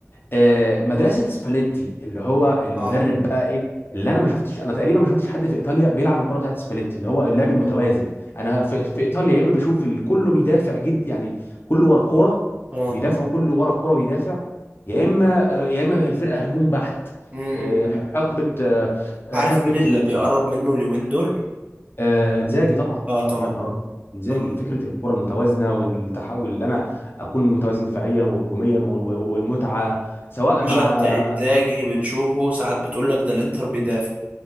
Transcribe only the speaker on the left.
آه، مدرسه سباليتي اللي هو المدرب
بقى ايه اللي انا ما شفتش انا تقريبا ما شفتش حد في ايطاليا بيلعب الكره بتاعت سباليتي اللي هو اللعب المتوازن انا في, في ايطاليا يا اما بشوف ال- كله بيدافع جد يعني كله ورا الكوره
بيدافعوا كله ورا الكوره بيدافع يا
اما آه، يا اما الفرقه هجوم بحت
آه، حقبه آه، آه،
حقبه
ال-
آه، انزاجي طبعا
يا نهار ابيض انزاجي
فكره الكره المتوازنه والتحول اللي انا اكون متوازن دفاعيا وهجوميا و- و- والمتعه سواء
مع